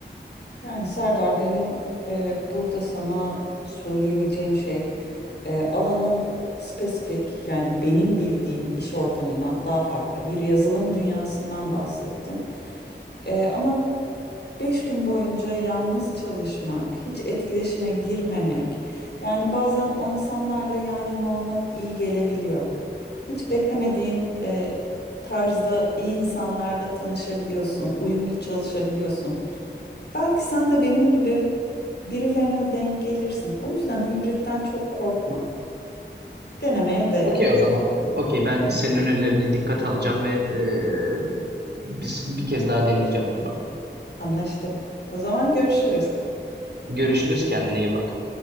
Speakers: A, on the left; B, on the right.
A: Yani Serdar benim e, burada sana söyleyebileceğim şey e, alanın spesifik yani benim bildiğim iş ortamından daha farklı bir yazılım dünyasından bahsettin. E, ama 5 gün boyunca yalnız çalışmak, hiç etkileşime girmemek yani bazen o insanlarla yan yana olmak iyi gelebiliyor. Hiç beklemediğin e, tarzda iyi insanlarla tanışabiliyorsun, uyumlu çalışabiliyorsun. Belki sen de benim gibi birilerine denk gelirsin. O yüzden hibritten çok korkma. Denemeye değer.
B: Okey o zaman okey ben senin önerilerini dikkate alacağım ve e, biz- bir kez daha deneyeceğim bunu.
A: Anlaştık. O zaman görüşürüz.
B: Görüşürüz kendine iyi bak.